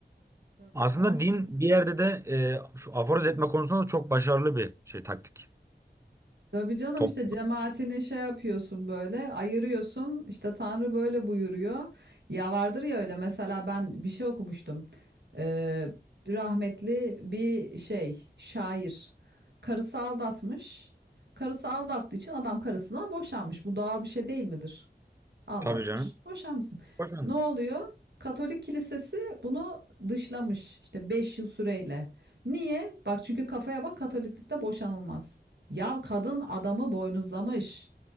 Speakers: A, on the right; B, on the right.
A: Tabii
B: Aslında
A: canım.
B: din bir yerde de eee, şu aforoz etme konusunda da çok başarılı bir şey taktik.
A: Tabii canım
B: Top,
A: işte cemaatini şey yapıyorsun böyle ayırıyorsun işte Tanrı böyle buyuruyor. Ya vardır ya öyle mesela ben bir şey okumuştum. Ee, rahmetli bir şey şair karısı aldatmış. Karısı aldattığı için adam karısından boşanmış. Bu doğal bir şey değil midir? Aldatmış,
B: tabii canım.
A: boşanmışsın.
B: Hoşlanmış.
A: Ne oluyor? Katolik kilisesi bunu dışlamış işte 5 yıl süreyle. Niye? Bak çünkü kafaya bak Katoliklikte boşanılmaz. Yav kadın adamı boynuzlamış.